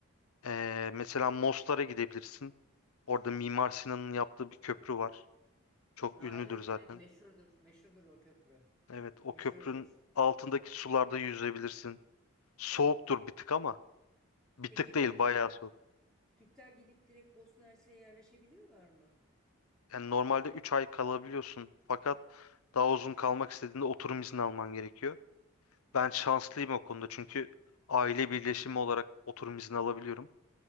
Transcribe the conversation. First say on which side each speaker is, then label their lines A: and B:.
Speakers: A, on the left (about 75°); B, in the centre.
A: eee, mesela Mostar'a gidebilirsin. Orada Mimar Sinan'ın yaptığı bir köprü var. Çok
B: Ha
A: ünlüdür
B: evet
A: zaten.
B: evet meşhurdur. Meşhurdur o köprü.
A: Evet, o
B: Meşhurdur.
A: köprünün altındaki sularda yüzebilirsin. Soğuktur bir tık ama Bir
B: Peki
A: tık değil
B: Türkler
A: bayağı soğuk.
B: Türkler gidip direkt Bosna Hersek'e yerleşebiliyorlar mı?
A: Yani normalde 3 ay kalabiliyorsun fakat daha uzun kalmak istediğinde oturum izni alman gerekiyor. Ben şanslıyım o konuda çünkü aile birleşimi olarak oturum izni alabiliyorum.